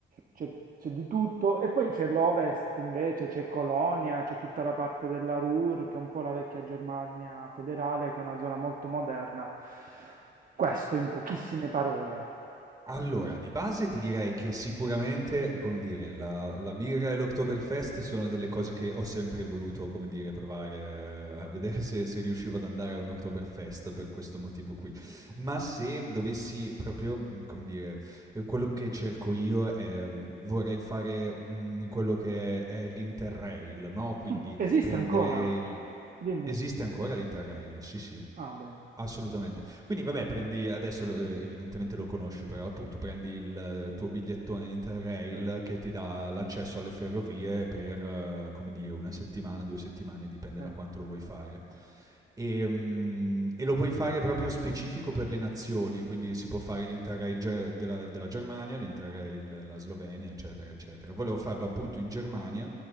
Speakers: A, on the right; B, on the right.
A: c'è c'è di tutto. E poi c'è l'Ovest, invece, c'è Colonia, c'è tutta la parte della Ruhr, che è un po' la vecchia Germania federale, che è una zona molto moderna. Questo in pochissime parole.
B: Allora, di base ti direi che sicuramente, come dire, la la birra e l'Oktoberfest sono delle cose che ho sempre voluto, come dire, provare, ehm, a vedere se se riuscivo ad andare a un Oktoberfest per questo motivo qui. Ma se dovessi proprio, mhmm, come dire, ehm, quello che cerco io è vorrei fare, mhmm, quello che è è l'Interrail, no, quindi
A: Mm, Esiste
B: prendere
A: ancora?
B: il
A: Dimmi.
B: esiste ancora l'Interrail? Sì, sì.
A: Ah, bene.
B: Assolutamente. Quindi vabbè, prendi adesso eh, evidentemente lo conosci, però appunto prendi il eh, tuo bigliettone Interrail
A: Certo,
B: che ti dà l'accesso alle ferrovie per eh, come dire una settimana, due settimane, dipende
A: sì.
B: da quanto lo vuoi fare. E, mm, e lo puoi fare proprio specifico per le nazioni, quindi si può fare l'Interrail Ger- della, della Germania, l'Interrail della Slovenia, eccetera, eccetera. Volevo farlo appunto in Germania